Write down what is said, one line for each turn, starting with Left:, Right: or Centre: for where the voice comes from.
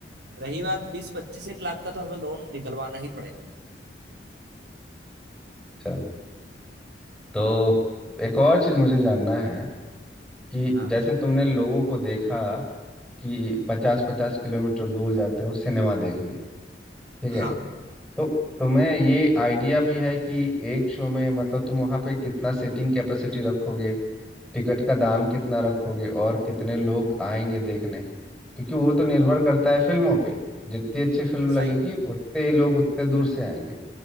Right: रही बात बीस पच्चीस एक लाख का तो हमें लोन निकलवाना ही पड़ेगा
Centre: अच्छा तो
Right: हाँ
Centre: एक और चीज़ मुझे जानना है कि
Right: हाँ
Centre: जैसे तुमने लोगों को देखा कि पचास
Right: हम्म,
Centre: पचास किलोमीटर दूर जाते हो सिनेमा देखने ठीक है
Right: हाँ
Centre: तो तुम्हें ये आइडिया भी है कि एक शो में मतलब तुम वहाँ पे कितना सीटिंग कैपेसिटी रखोगे टिकट का दाम कितना रखोगे और कितने लोग आएंगे देखने क्योंकि वो तो निर्भर करता है फिल्मों पे जितनी अच्छी फिल्म लगेगी
Right: सही है
Centre: उतने ही लोग उतने दूर से आएंगे